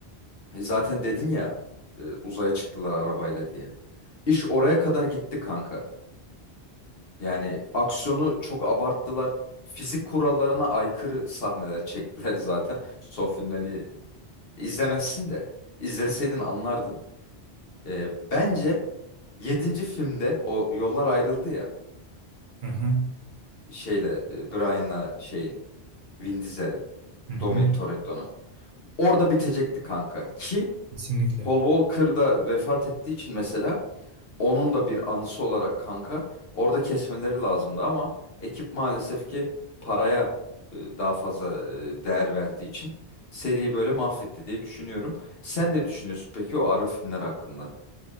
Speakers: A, on the left (about 60°); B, on the right (about 55°).
A: e, zaten dedin ya e, uzaya çıktılar arabayla diye. İş oraya kadar gitti kanka. Yani aksiyonu çok abarttılar. Fizik kurallarına aykırı sahneler çektiler zaten. Son filmleri izlemezsin de. izleseydin anlardın. Ee, bence yedinci filmde o yollar ayrıldı ya.
B: Hı hı.
A: Şeyle e, Brian'la şeyin Vin Diesel'in
B: Hı hı.
A: Dominic Toretto'nun. Orada bitecekti kanka. Ki
B: Kesinlikle.
A: Paul Walker da vefat ettiği için mesela Onun da bir anısı olarak kanka orada kesmeleri lazımdı ama ekip maalesef ki paraya e, daha fazla e, değer verdiği için seriyi böyle mahvetti diye düşünüyorum. Sen ne düşünüyorsun peki o ara filmler hakkında?